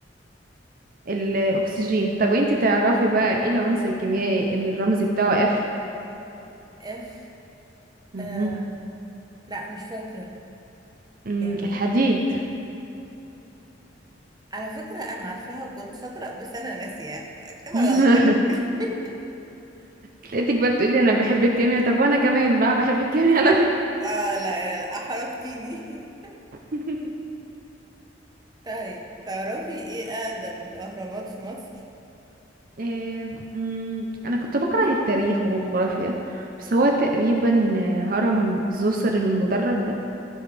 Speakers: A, on the right; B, on the right.
A: الاكسجين طب وانت تعرفي بقى ايه العنصر الكيميائي اللي الرمز بتاعه اف
B: اف
A: مهم.
B: أه لا مش فاكرة
A: مم،
B: يعني
A: الحديد
B: على فكرة انا عارفاها وكنت شاطرة بس انا ناسيها كده
A: <laughs>
B: غلط على فكرة
A: لقيتك بقى بتقولي انا بحب الكيمياء طب وانا كمان بقى بحب الكيمياء على فكره
B: <laughs> اه لا يلا احرجتيني <laughs>
A: <laughs>
B: طيب تعرفي ايه اقدم الاهرامات في مصر
A: إيه مم، أنا كنت بكره التاريخ والجغرافيا بس هو تقريبا آه، هرم زوسر المدرج ده